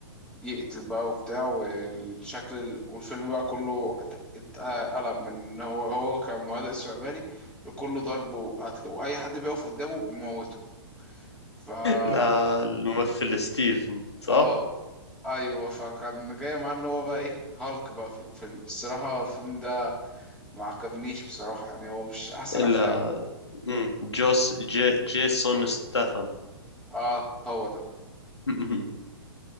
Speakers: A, in the centre; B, on the left.
A: يقتل بقى وبتاع والشكل ال... والفيلم بقى كله ات- اتقلب من ان هو هو كان مهدئ استعباري لكله ضرب وقتل واي حد بيقف قدامه بيموته فا
B: لا الممثل ستيفن صح؟
A: اه ايوه فكان جاي معاه ان هو بقى ايه هالك بقى في الفيلم الصراحه الفيلم ده ما عجبنيش بصراحه يعني هو مش احسن
B: الا
A: افلامه
B: مم. جوس جي جيسون ستاثم
A: اه هو ده
B: <laughs>